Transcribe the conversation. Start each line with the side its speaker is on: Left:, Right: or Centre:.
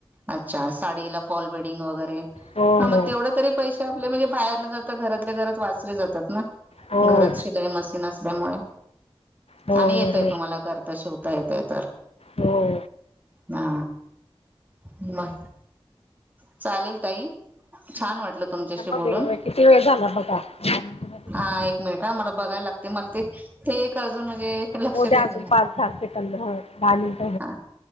Right: अच्छा, साडीला फॉल बेडिंग वगैरे
Left: हो
Right: हा मग
Left: हो.
Right: तेवढे तरी पैसे आपले म्हणजे बाहेर न जात घरातल्या घरात वाचले जातात ना.
Left: हो
Right: घरात
Left: हो
Right: शिलाई मशीन असल्यामुळे
Left: बरोबर
Right: आणि येतय तु त शिवता येते तर,
Left: हो
Right: ह. म चालेल ताई छान वाटलं. तुमच्याशी
Left: बघ
Right: बोलून.
Left: किती वेळ झाला बघा दहा मिनिटं झाली
Right: हा
Left: का
Right: एक मिनिट हा मला बघाय लाग ते मला ते ते एक अजून म्हणजे लक्षात
Left: हो द्या
Right: येत
Left: अजून
Right: नाही.
Left: पाच दहा सेकंद ह ह. झाली.
Right: हा